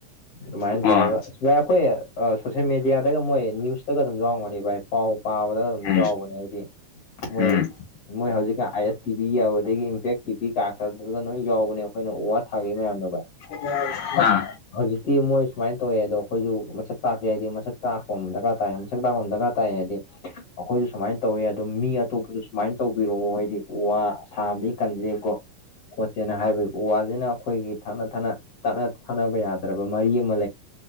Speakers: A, on the left; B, on the left.
A: ꯑꯗꯨꯃꯥꯏꯅ
B: ꯑꯣ
A: ꯇꯧꯔꯒ ꯚꯥꯏ ꯑꯩꯈꯣꯏ ꯁꯣꯁꯌꯦꯦꯜ ꯃꯦꯗꯤꯌꯥꯗꯒ ꯃꯣꯏ ꯅ꯭ꯌꯨꯁꯇꯒ ꯑꯗꯨꯝ ꯌꯥꯎꯔꯝꯒꯅꯤ ꯚꯥꯏ ꯄꯥꯎ ꯄꯥꯕꯗꯒ ꯑꯗꯨꯝ
B: ꯎꯝ
A: ꯆꯥꯎꯕꯅꯦ ꯍꯥꯏꯗꯤ ꯃꯣꯏ
B: ꯎꯝ
A: ꯃꯣꯏ ꯍꯧꯖꯤꯛꯀ ꯑꯥꯏ ꯑꯦꯁ ꯇꯤꯚꯤ ꯌꯥꯎꯕ ꯑꯗꯒꯤ ꯏꯝꯄꯦꯛ ꯇꯤꯚꯤ ꯀꯥꯈ꯭ꯔꯗꯨ ꯂꯣꯏ ꯌꯥꯎꯕꯅꯦ ꯑꯩꯈꯣꯏꯅ ꯎ ꯋꯥ ꯊꯥꯒ ꯃꯌꯥꯝꯗꯣꯚꯥꯏ
B: ꯑꯣ ꯑꯥ
A: ꯍꯧꯖꯤꯛꯇꯤ ꯃꯣꯏ ꯁꯨꯃꯥꯏꯅ ꯇꯧꯋꯦ ꯑꯗꯣ ꯑꯩꯈꯣꯏꯁꯨ ꯃꯁꯛ ꯇꯥꯛꯀꯦꯗꯤ ꯍꯥꯏꯗꯤ ꯃꯁꯛ ꯇꯥꯛꯄꯝꯃ ꯗꯔꯀꯥꯔ ꯇꯥꯏꯌꯦ ꯃꯁꯛ ꯇꯥꯛꯄꯝꯃ ꯗꯔꯀꯥꯔ ꯇꯥꯏꯗꯤ ꯑꯩꯈꯣꯏꯁꯨ ꯁꯨꯃꯥꯏꯅ ꯇꯧꯋꯦ ꯑꯣ ꯃꯤ ꯑꯇꯣꯞꯄꯁꯨ ꯁꯨꯃꯥꯏꯅ ꯇꯧꯕꯤꯔꯛꯑꯣ ꯍꯥꯏꯗꯤ ꯎ ꯋꯥ ꯁꯥꯕꯗꯒꯤ ꯀꯟꯖꯦꯀꯣ ꯈꯣꯠꯁꯦꯅ ꯍꯥꯏꯕꯒꯤ ꯎ ꯋꯥꯁꯤꯅ ꯑꯩꯈꯣꯏꯒꯤ ꯊꯠꯅ ꯊꯥꯅ ꯇꯠꯅ ꯊꯥꯅꯕ ꯌꯥꯗ꯭ꯔꯕ ꯃꯔꯤ ꯑꯃ